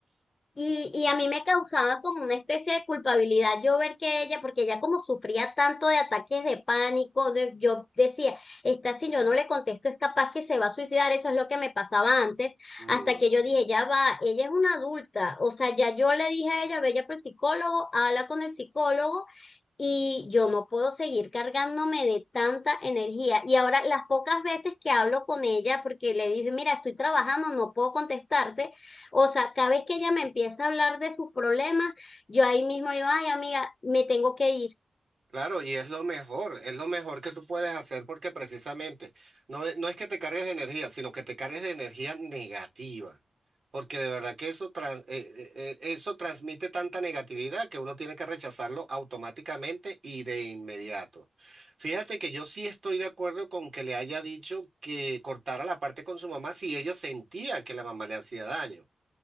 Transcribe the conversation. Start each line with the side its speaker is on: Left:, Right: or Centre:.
Left: y, y a mí me causaba como una especie de culpabilidad yo ver que ella, porque ella como sufría tanto de ataques de pánico, de- yo decía, esta si yo no le contesto es capaz que se va a suicidar, eso es lo que me pasaba antes,
Right: No.
Left: hasta que yo dije, ya va, ella es una adulta, o sea, ya yo le dije a ella, ve ya por el psicólogo, habla con el psicólogo y yo no puedo seguir cargándome de tanta energía. Y ahora las pocas veces que hablo con ella, porque le dije, mira, estoy trabajando, no puedo contestarte, o sea, cada vez que ella me empieza a hablar de sus problemas, yo ahí mismo digo, ay, amiga, me tengo que ir.
Right: Claro, y es lo mejor, es lo mejor que tú puedes hacer porque precisamente no, es- no es que te cargues de energía, sino que te cargues de energía negativa. Porque de verdad que eso, tran- eh, eh, eh, eso transmite tanta negatividad que uno tiene que rechazarlo automáticamente y de inmediato. Fíjate que yo sí estoy de acuerdo con que le haya dicho que cortara la parte con su mamá si ella sentía que la mamá le hacía daño.